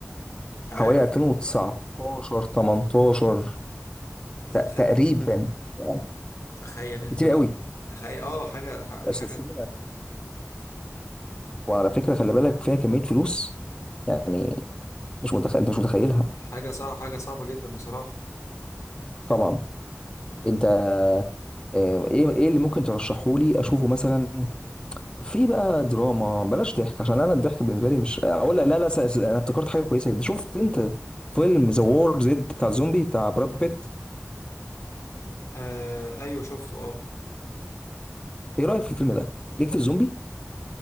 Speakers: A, on the left; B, on the left.
A: مش عارف
B: حوالي 2019 18 ت-
A: تخ...
B: تقريبا يعني
A: تخيل انت
B: كتير
A: بقى
B: قوي
A: تخيل اه حاجة
B: الأساسية
A: حاجة
B: وعلى فكرة خلي بالك فيها كمية فلوس يعني مش متخ...
A: حاجة
B: انت مش متخيلها
A: حاجة صعبة حاجة صعبة جدا بصراحة
B: طبعا انت آه، ايه ايه اللي ممكن ترشحه لي اشوفه مثلا في بقى دراما بلاش ضحك عشان انا الضحك بالنسبة لي مش اقول لا لا س- س- انا افتكرت حاجة كويسة جدا شفت انت فيلم ذا وور زد بتاع الزومبي بتاع براد بيت
A: آه أيوه شفته أه
B: ايه رأيك في الفيلم ده ليك في الزومبي